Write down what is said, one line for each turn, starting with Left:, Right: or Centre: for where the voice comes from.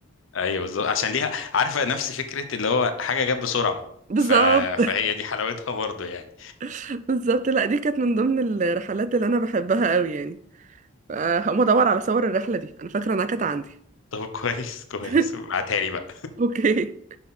Left: ايوه بالظبط عشان ليها عارفة نفس فكرة اللي هو حاجة جت بسرعة
Right: <laughs> بالظبط
Left: ف... فهي دي حلاوتها برضه يعني
Right: <laughs> بالظبط لا دي كانت من ضمن الرحلات اللي انا بحبها قوي يعني فهقوم ادور على صور الرحله دي انا فاكره انها كانت عندي
Left: طب كويس كويس
Right: <laughs>
Left: ابعتها لي بقى
Right: اوكي